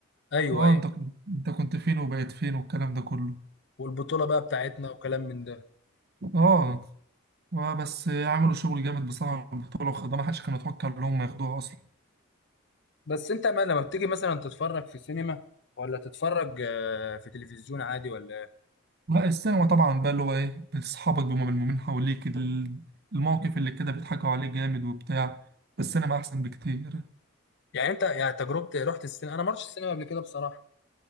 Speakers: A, on the left; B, on the right.
A: ايوه
B: اه
A: ايوه
B: انت كنت انت كنت فين وبقيت فين والكلام ده كله
A: والبطوله بقى بتاعتنا وكلام من ده
B: اه آه، بس عملوا شغل جامد بصراحه في البطوله واخدها ما حدش كان يتوقع ان هم ياخدوها اصلا
A: بس انت ما لما بتيجي مثلا تتفرج في السينما ولا تتفرج آه، في تلفزيون عادي ولا
B: لا السينما طبعا بقى اللي هو ايه اصحابك بيبقوا ملمومين حواليك ال- الموقف اللي كده بيضحكوا عليه جامد وبتاع السينما احسن بكتير
A: يعني انت يعني تجربة رحت السينما انا ما رحتش السينما قبل كده بصراحة